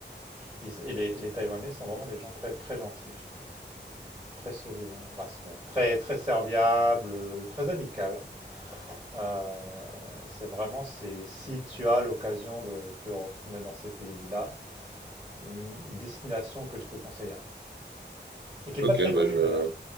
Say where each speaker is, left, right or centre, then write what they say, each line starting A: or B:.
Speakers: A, on the right (about 25°); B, on the right (about 70°).
A: Ils- et, les, et les Taïwanais sont vraiment des gens très, très gentils, je trouve. Très souriants, enfin souriants, très, très serviables, euh, très amicales. Euh, c'est vraiment, c'est, si tu as l'occasion de te retourner dans ces pays-là, une destination que je te conseillerais. Et qui n'est
B: Ok,
A: pas très connue
B: bah je...
A: d'ailleurs.